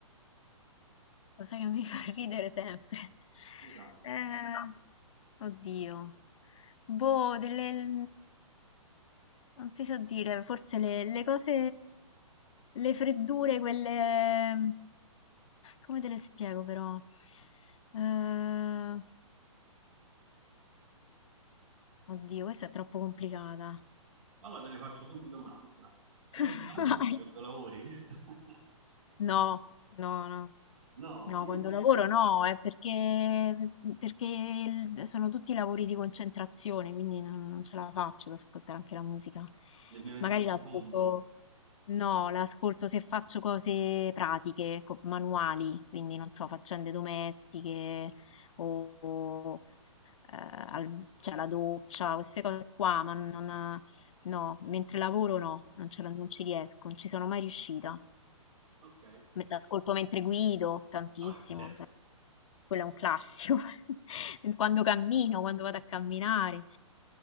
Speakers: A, on the left; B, on the right.
A: lo sai che mi <laughs> fa ridere sempre.
B: Esatto.
A: Eh, oddio. Boh, delle... Non ti so dire, forse le, le cose... Le freddure, quelle... Come te le spiego però? Eh, oddio, questa è troppo complicata.
B: Ma Allora te ne faccio subito un'altra.
A: <laughs>
B: Senti la
A: Vai.
B: musica quando lavori? <laughs>
A: No, no, no.
B: No,
A: No,
B: io
A: quando
B: invece
A: lavoro no, è perché, perché il- sono tutti lavori di concentrazione, quindi non, non ce la faccio ad ascoltare anche la musica.
B: nemmeno in
A: Magari
B: sottofondo.
A: l'ascolto, no, l'ascolto se faccio cose pratiche, co- manuali, quindi non so, faccende domestiche o eh, al- cioè, la doccia, queste cose qua, ma non, no, mentre lavoro no, non ce la- non ci riesco, non ci sono mai riuscita.
B: Ok,
A: Me- L'ascolto mentre guido, tantissimo.
B: vabbè, certo.
A: cioè quello è un classico, <laughs> quando cammino, quando vado a camminare.